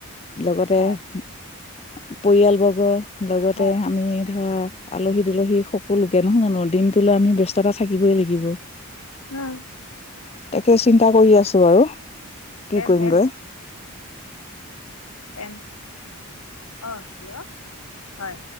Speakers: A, on the left (about 25°); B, on the left (about 85°).
A: লগতে
B: হয়
A: পৰিয়ালবৰ্গ লগতে
B: হয়
A: আমি ধৰা আলহী দুলহী সকলোকে নহয় জানো দিন আমি ব্যস্ততা থাকিবই লাগিব
B: উম
A: তাকে চিন্তা কৰি আছো আৰু কি
B: তেন্ত
A: কৰিমগৈ
B: দে ভ অঁ হেল্ল' হয়